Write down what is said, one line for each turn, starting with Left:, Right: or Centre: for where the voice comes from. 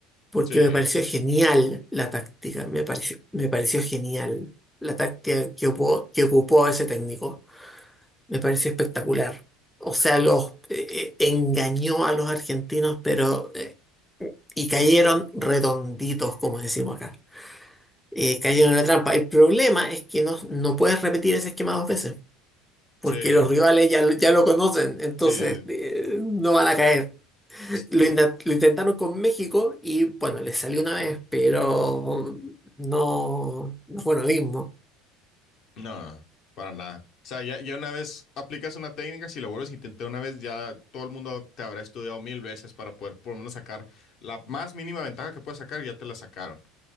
Centre: porque
Left: Sí,
Centre: me pareció genial la táctica, me pareció, me pareció genial la táctica que ocupó, que ocupó ese técnico, me pareció espectacular. O sea, los eh, eh, engañó a los argentinos, pero eh, y cayeron redonditos, como decimos acá eh, cayeron en la trampa. El problema es que no, no puedes repetir ese esquema dos veces, porque
Left: sí,
Centre: los rivales ya, lo- ya lo conocen, entonces
Left: sí.
Centre: eh, no van a caer.
Left: s-
Centre: Lo, inda- lo intentaron con México y bueno, les salió una vez, pero no, no fue lo mismo.
Left: No, para nada. O sea, ya, ya una vez aplicas una técnica, si lo vuelves a intentar una vez, ya todo el mundo te habrá estudiado mil veces para poder por lo menos sacar la más mínima ventaja que puedas sacar, ya te la sacaron.